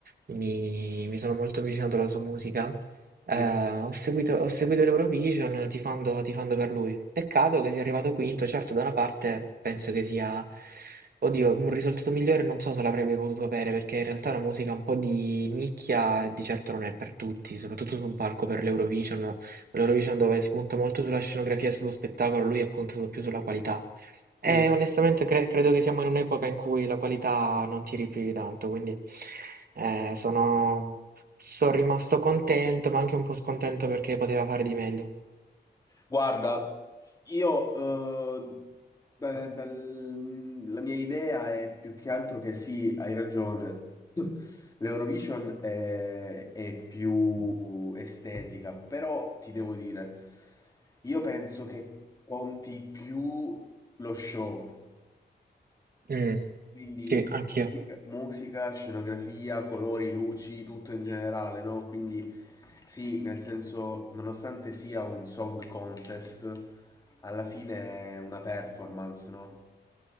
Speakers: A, on the right; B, on the left.
A: mi, mi sono molto avvicinato alla sua musica. Eh,
B: Sì,
A: ho seguito, ho seguito l'Eurovision tifando, tifando per lui. Peccato che sia arrivato quinto, certo, da una parte penso che sia, oddio, un risultato migliore non so se l'avrebbe potuto avere, perché in realtà la musica un po' di nicchia di certo non è per tutti, soprattutto su un palco per l'Eurovision, l'Eurovision dove si punta molto sulla scenografia, e sullo spettacolo, lui ha puntato più sulla qualità.
B: sì.
A: E onestamente cre- credo che siamo in un'epoca in cui la qualità non tiri più di tanto, quindi eh, sono, sono rimasto contento, ma anche un po' scontento perché poteva fare di meglio.
B: Guarda, io eh, da- dal- la mia idea è più che altro che sì, hai ragione. <laughs> L'Eurovision è, è più estetica, però ti devo dire, io penso che conti più lo show.
A: Mm,
B: Quindi
A: sì, anch'io.
B: musica, musica, scenografia, colori, luci, tutto in generale, no? Quindi sì, nel senso, nonostante sia un song contest, alla fine è una performance, no?